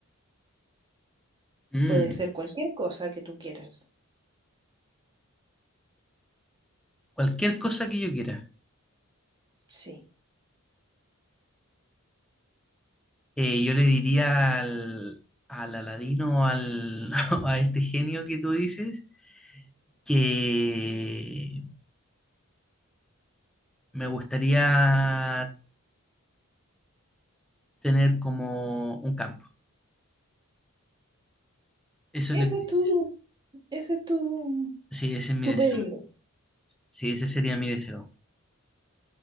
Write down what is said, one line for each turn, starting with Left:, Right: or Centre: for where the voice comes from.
Centre: Mm,
Right: Puede ser cualquier cosa que tú quieras.
Centre: cualquier cosa que yo quiera.
Right: Sí.
Centre: Eh, yo le diría al, al Aladino o al, <laughs> o a este genio que tú dices que me gustaría tener como un campo. Eso
Right: Ese
Centre: le pediría.
Right: es tu, ese es tu,
Centre: Sí, ese es mi
Right: tu
Centre: deseo.
Right: pedido.
Centre: Sí, ese sería mi deseo.